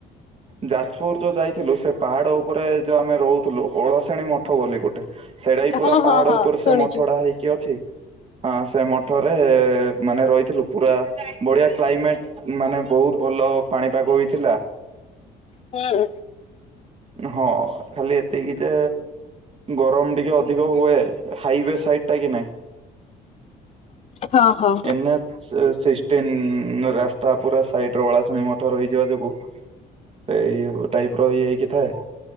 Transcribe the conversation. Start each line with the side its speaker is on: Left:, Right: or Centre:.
Right: ଯାଜପୁର ଯୋଉଁ ଯାଇଥିଲୁ ସେ ପାହାଡ଼ ଉପରେ ଯୋଉ ଆମେ ରହୁଥିଲୁ ଓଳସେଣୀ ମଠ ବୋଲି ଗୋଟେ ସେଇଟା ହି ପୁରା
Left: ହଁ
Right: ପାହାଡ
Left: ହଁ ହଁ
Right: ଉପରେ
Left: ଶୁଣିଛି
Right: ସେ ମଠଟା ହେଇକି ଅଛି। ହଁ ସେ ମଠରେ ମାନେ ରହିଥିଲୁ ପୁରା ବଢିଆ କ୍ଲାଇମେଟ ମାନେ ବହୁତ ଭଲ ପାଣିପାଗ ହୋଇଥିଲା।
Left: ହୁଁ।
Right: ହଁ ଖାଲି ଏତିକି ଯେ ଗରମ ଟିକେ ଅଧିକ ହୁଏ ହାଇୱେ ସାଇଟଟା କି ନାହିଁ?
Left: ହଁ ହଁ।
Right: ଏନାର୍ ସେ ସିକ୍ସଟିନ୍ ରାସ୍ତା ପୁରା ସାଇଟି ରୁ ଅଳାଶୁଣି ମଠ ରହିଯିବା ଯୋଗୁ ସେ ଇଏ ଟାଇପ୍ ର ଇଏ ହେଇକି ଥାଏ।